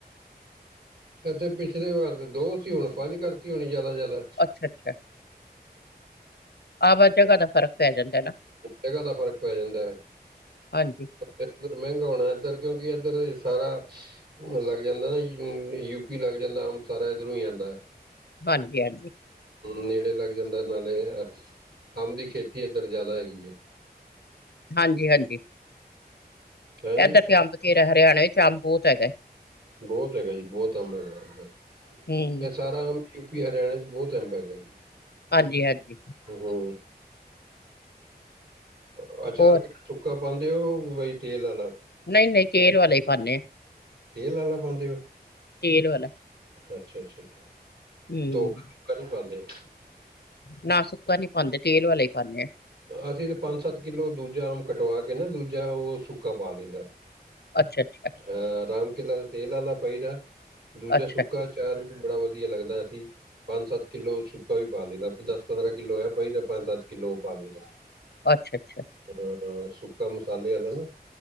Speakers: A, on the right; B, on the left.
A: ਜਦਕਿ ਪਿਛਲੀ ਵਾਰ ਤੇ ਦੋ ਸੀ, ਹੁਣ ਪੰਜ ਕਰਤੀ ਹੋਣੀ ਜਿਆਦਾ ਤ ਜਿਆਦਾ।
B: ਅੱਛਾ-ਅੱਛਾ, ਆ ਵੈ ਜਗਾ ਦਾ ਫ਼ਰਕ ਪੈ ਜਾਂਦਾ ਨਾ
A: ਜਗਾ ਦਾ ਫ਼ਰਕ ਪੈ ਜਾਂਦੈ।
B: ਹਾਂਜੀ,
A: ਏਧਰ ਮਹਿੰਗਾ ਹੋਣੈ ਏਧਰ ਕਿਉਂਕਿ ਇੱਧਰ ਸਾਰਾ ਬੁਰ ਲੱਗ ਜਾਂਦਾ ਨੈ <unintelligible> ਯੂਪੀ ਲੱਗ ਜਾਂਦੈ ਅੰਬ ਸਾਰਾ ਇਧਰੋਂ ਈ ਆਂਦੈ।
B: ਹਾਂਜੀ-ਹਾਂਜੀ।
A: ਨੇੜੇ ਲੱਗ ਜਾਂਦੈ ਨਾਲੇ ਅੰਬ ਦੀ ਖੇਤੀ ਏਧਰ ਜ਼ਿਆਦਾ ਹੈਗੀ ਏ।
B: ਹਾਂਜੀ-ਹਾਂਜੀ।
A: ਹੈਂ ਜੀ
B: ਐਧਰ ਤੇ ਅੰਬ ਬਥੇਰੈ। ਹਰਿਆਣੇ ਇੱਚ ਅੰਬ ਬਹੋਤ ਹੈਗੈ।
A: ਬੋਹਤ ਹੈਗਾ ਜੀ, ਬੋਹਤ ਅੰਬ ਹੈਗੈ ਇੱਧਰ।
B: ਹੂੰ
A: ਐ ਸਾਰਾ ਯੂ ਪੀ ਹਰਿਆਣੇ 'ਚ ਬੋਤ ਅੰਬ ਹੈਗਾ ਜੀ।
B: ਹਾਂਜੀ-ਹਾਂਜੀ।
A: ਹੰ, ਹੂੰ। ਅ ਅਚਾਰ
B: ਹੋਰ
A: ਕਿ ਸੁੱਕਾ ਪਾਂਦੇ ਔ ਬਈ ਤੇਲ ਆਲਾ।
B: ਨਈ-ਨਈ ਤੇਲ ਵਾਲਾ ਈ ਪਾਂਨੇ ਆ।
A: ਤੇਲ ਆਲਾ ਪਾਂਦੇ ਔ?
B: ਤੇਲ ਵਾਲਾ।
A: ਅੱਛਾ-ਅੱਛਾ-ਅੱਛਾ
B: ਹੂੰ
A: ਧੋ ਕੇ ਸੁੱਕਾ ਨੀ ਪਾਂਦੇ?
B: ਨਾ ਸੁੱਕਾ ਨੀ ਪਾਂਦੇ, ਤੇਲ ਵਾਲਾ ਈ ਪਾਂਨੇ ਆ।
A: ਅਸੀ ਤੇ ਪੰਜ-ਸੱਤ ਕਿੱਲੋ ਦੂਜਾ ਅੰਬ ਕਟਵਾ ਕੇ ਨਾ ਦੂਜਾ ਔ ਸੁੱਕਾ ਪਾ ਲਈਦੈ।
B: ਅੱਛਾ-ਅੱਛਾ।
A: ਅ ਰਾਮ ਕੇਲਾ ਤੇ ਤੇਲ ਆਲਾ ਪਾਈਦੈ, ਦੂਜਾ
B: ਅੱਛਾ,
A: ਸੁੱਕਾ ਬੜਾ ਵਧੀਆ ਲੱਗਦਾ ਸੀ ਪੰਜ ਸੱਤ ਕਿੱਲੋ ਸੁੱਕਾ ਵੀ ਪਾ ਲਈਦੈ ਦਸ ਪੰਦਰਾਂ ਕਿੱਲੋ ਇਹ ਪਾਈਦੈ ਪੰਜ ਸੱਤ ਕਿੱਲੋ ਉਹ ਪਾ ਲਈਦੈ
B: ਅੱਛਾ ਅੱਛਾ
A: ਹਾਂ ਹਾਂ ਸੁੱਕਾ ਮਸਾਲੇ ਆਲਾ ਨਾ